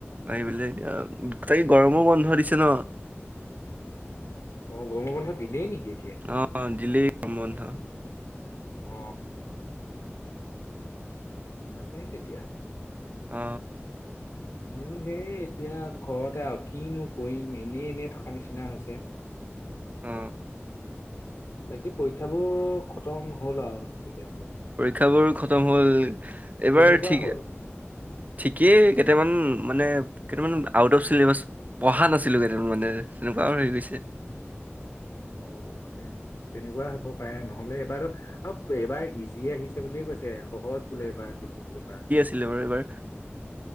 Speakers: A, on the right (about 35°); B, on the left (about 65°).
A: আহি পেলাই এতিয়া তাকে গৰমৰ বন্ধ দিছে ন,
B: অ, গৰম বন্ধৰ দিলেই নেকি এতিয়াই?
A: অ, দিলেই গমৰ বন্ধ।
B: অ, ভালেই তেতিয়া।
A: অ,
B: ময়ো সেই এতিয়া, ঘৰতে আৰু কিনো কৰিম এনেই, এনেই, থকা নিচিনা হৈছে।
A: অ,
B: বাকী পৰীক্ষাবোৰ খতম হ'ল আৰু তেতিয়া হ'লে।
A: পৰীক্ষাবোৰ খতম হ'ল, এইবাৰ
B: কেনেকুৱা
A: ঠিকে-
B: হ'ল?
A: ঠিকেই কেইটামান মানে কেইটামান আউট অফ চিলেবাছ- পঢ়া নাছিলোঁ কেইদিন মানে তেনেকুৱা আৰু হৈ গৈছে।
B: অঁ' সেই তেনেকুৱাই হ'ব পাৰে নহ'লে এবাৰটো আৰু এবাৰ ইজিয়ে আহিছে বুলিয়ে কৈছে। তে সহজ বোলে এইবাৰ যিবোৰ পেপাৰ।
A: লে বাৰু এইবাৰ,